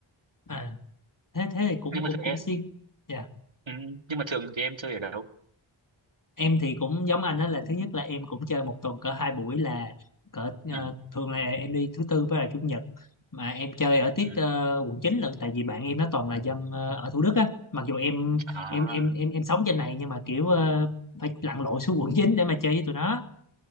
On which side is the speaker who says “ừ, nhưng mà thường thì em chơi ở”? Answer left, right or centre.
Right